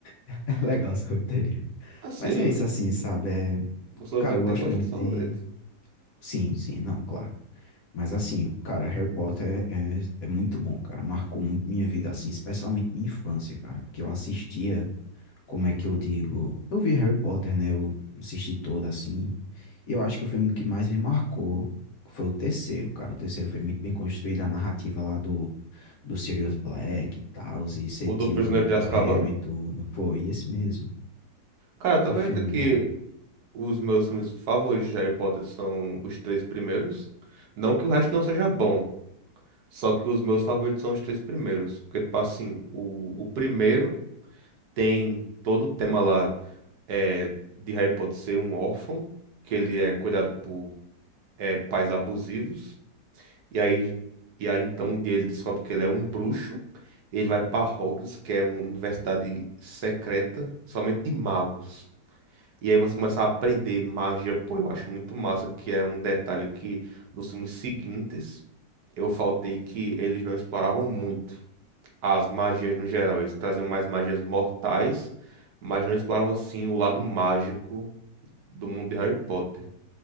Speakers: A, on the left; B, on the right.
A: <laughs> é legal a sorveteria.
B: Assim,
A: Mas é isso, assim, sabe? É,
B: o sorvete
A: cara, eu gosto
B: tem gosto
A: muito
B: de sorvete.
A: de. Sim, sim, não, claro. Mas assim, cara, Harry Potter é, é, é muito bom, cara. Marcou muito minha vida, assim, especialmente minha infância, cara. Porque eu assistia, como é que eu digo? Eu vi Harry Potter, né? Eu assisti toda, assim. Eu acho que o filme que mais me marcou foi o terceiro, cara. O terceiro foi muito bem construído, a narrativa lá do do Sirius Black e tal, e ser
B: O
A: tio
B: do Prisioneiro
A: do,
B: de
A: do
B: Azkaban?
A: Harry e tudo. Foi esse mesmo.
B: Cara, tu
A: O
B: acredita
A: filme
B: que
A: bom.
B: os meus filmes favoritos de Harry Potter são os três primeiros? Não que o resto não seja bom, só que os meus favoritos são os três primeiros. Porque, tipo assim, o, o primeiro tem todo o tema lá. é, de Harry Potter ser um órfão, que ele é cuidado por é, pais abusivos, e aí, e aí então um dia ele descobre que ele é um bruxo, ele vai para Hogwarts, que é uma universidade secreta, somente de magos. E aí você começa a aprender magia, pô, eu acho muito massa, que é um detalhe que nos filmes seguintes eu faltei que eles não exploravam muito as magias no geral, eles traziam mais magias mortais, mas não exploravam assim o lado mágico do mundo de Harry Potter.